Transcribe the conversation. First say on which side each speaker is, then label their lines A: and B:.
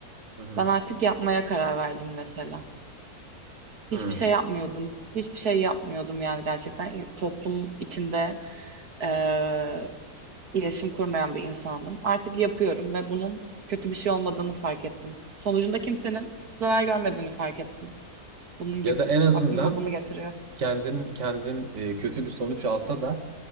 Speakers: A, on the right (about 50°); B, on the right (about 80°).
A: Hı hı.
B: Ben artık yapmaya karar verdim mesela.
A: Hı.
B: Hiçbir şey yapmıyordum. Hiçbir şey yapmıyordum yani gerçekten İ- toplum içinde eee iletişim kurmayan bir insandım. Artık yapıyorum ve bunun kötü bir şey olmadığını fark ettim. Sonucunda kimsenin zarar görmediğini fark ettim. Bunun gibi.
A: Ya da en azından
B: Aklıma bunu getiriyor.
A: kendin kendin e, kötü bir sonuç alsa da